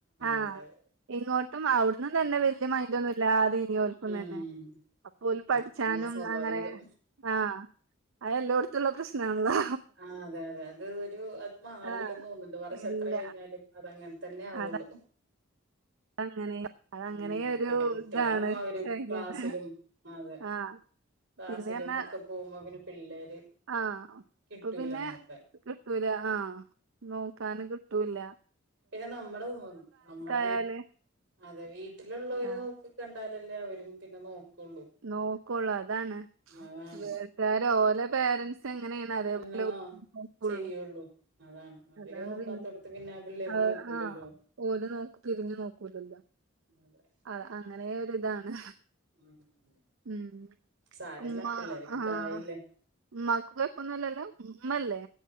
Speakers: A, on the right; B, on the right.
A: ആഹ്
B: അതെ അതെ
A: ഇങ്ങോട്ടും അവിടുന്നും നല്ല വെല്ല്യ മൈൻഡൊന്നുല്ലാതെ ഓൽക്കുംതന്നെ
B: ഉം
A: അപ്പോ ഓല് പഠിച്ചാനും
B: അത് പിന്നെ സ്വാഭാവികം
A: അങ്ങനെ ആഹ് അത് എല്ലോടത്തുള്ള പ്രശ്നാണല്ലോ
B: ആഹ് അതെ അതെ അത് ഒരു അത് മാറൂലെന്ന്
A: ആഹ്
B: തോനുന്നുണ്ട് വർഷം
A: ഇല്ല
B: എത്ര കഴിഞ്ഞാലും അതങ്ങനെ തന്നെ ആവുള്ളൂ
A: അത അങ്ങനെ അതങ്ങനെ
B: ഉം
A: ഒരു
B: പിന്നെ കുട്ടികളാവുമ്പം
A: ഇതാണ്
B: അവര്
A: ശൈലിയാണ്
B: ക്ലാസിലും ആതെ
A: ആഹ്
B: ക്ലാസ്സിലും
A: പിന്നെ പറഞ്ഞാ
B: ഒക്കെ പോകുമ്പോ പിന്നെ പിള്ളേര്
A: ആഹ്
B: കിട്ടൂല
A: അപ്പൊ പിന്നെ
B: നോക്കാൻ
A: കിട്ടൂലാ ആഹ് നോക്കാനും കിട്ടൂലാ
B: പിന്നെ നമ്മള് <unintelligible> നമ്മടെ
A: ആയാല്
B: വീ അതെ വീട്ടിലുള്ളവര്
A: ആഹ്
B: നോക്ക് കണ്ടാലല്ലേ അവരും പിന്നെ നോക്കുള്ളൂ
A: നോക്കോള്ളൂ അതാണ്
B: അതാണ്
A: വീട്ടാര് ഓലെ പേരൻ്റ്സ് ത്ത് എങ്ങനെയാണ് അതേപോലെ
B: എന്നതാ
A: <unintelligible> നോക്കുള്ളൂ
B: ചെയ്യുള്ളൂ അതാണ് അവര്
A: അതാണ്
B: നോക്കാത്തോടത്ത്
A: പിന്നെ
B: പിന്നെ പിള്ളേര്
A: ആഹ്
B: നോക്കൂലല്ലോ
A: ആഹ് ഓല് നോക്ക് തിരിഞ്ഞു നോക്കൂലല്ലോ
B: അതെ
A: ആഹ് അങ്ങനെ ഒരിതാണ്
B: ഉം
A: ഉം
B: സാരല്ല
A: ഉമ്മാ
B: പിള്ളേരൊക്കെ
A: ആഹ്
B: ഇത്ര ആയില്ലേ
A: ഉമ്മാക്ക് കൊഴ പ്പൊന്നുംല്ലല്ലോ ഉമ്മല്ലേ